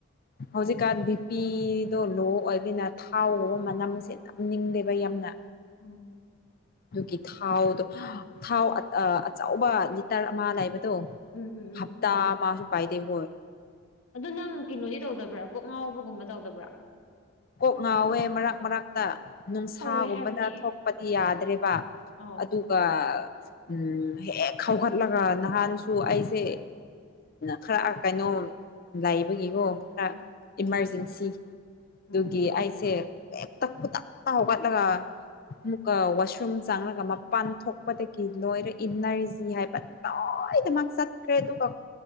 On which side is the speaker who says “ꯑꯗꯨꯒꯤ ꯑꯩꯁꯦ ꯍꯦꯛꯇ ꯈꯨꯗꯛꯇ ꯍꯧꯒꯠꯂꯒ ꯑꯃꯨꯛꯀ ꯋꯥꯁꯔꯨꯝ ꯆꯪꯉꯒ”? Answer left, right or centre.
Left